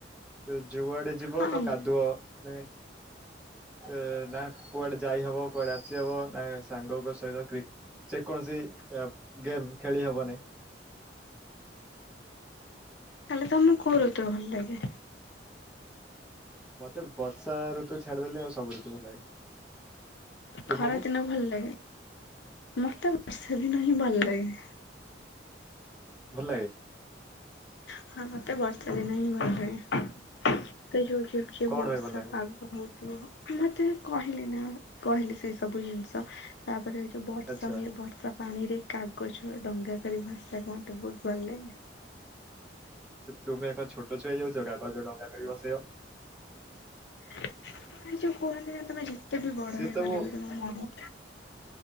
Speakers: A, in the centre; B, on the left.
A: ତ ଯୁଆଡେ ଯିବ
B: ହଁ
A: ତ କାଦୁଅ ନେ ଏ ନା କୁଆଡେ ଯାଇହବ କୁଆଡେ ଆସି ହବ ନା ସାଙ୍ଗଙ୍କ ସହିତ କ୍ରି ଯେ କୌଣସି ଗେମ୍ ଖେଳି ହବନିଁ।
B: ତାଲେ ତମକୁ କୋରୁ ତ ଭଲ ଲାଗେ?
A: ମତେ ବର୍ଷା ଋତୁ ଛାଡିଦେଲେ ଆଉ ସବୁ ଋତୁ ଭଲ ଲାଗେ। ତୁମକୁ
B: ଖରା ଦିନ ଭଲ ଲାଗେ ମତେ ବର୍ଷା ଦିନ ହିଁ ଭଲ ଲାଗେ।
A: ଭଲ ଲାଗେ।
B: ହଁ ହଁ ମତେ ବର୍ଷା ଦିନ ହିଁ ଭଲ ଲାଗେ ସେ ଯୋଉ ଝିପ୍ ଝିପ୍
A: କଣ
B: ବର୍ଷା
A: ପାଇଁ ଭଲ ଲାଗେ?
B: ପାଗ ହଉଥିବ ମତେ କହିଲି ନା କହିଲି ସେଇ ସବୁ ଜିନିଷ ତାପରେ ଏ ଯୋଉ ବର୍ଷା
A: ଆଚ୍ଛା
B: ହୁଏ ବର୍ଷା ପାଣିରେ କାଗଜ ଡଙ୍ଗା କରି ଭସେଇବାକୁ ମତେ ବୋହୁତ ଭଲ ଲାଗେ।
A: ତୁମେ କଣ ଛୋଟ ଛୁଆ ହେଇଯାଉଛ କାଗଜ ଡଙ୍ଗା କରି ଭସେଇବ?
B: ଏ ଯୋଉ କୁହନ୍ତି ନା ତମେ ଯେତେ ବି ବଡ
A: ସେ
B: ହେଇଗଲେ
A: ସବୁ
B: ବି ତମ ମ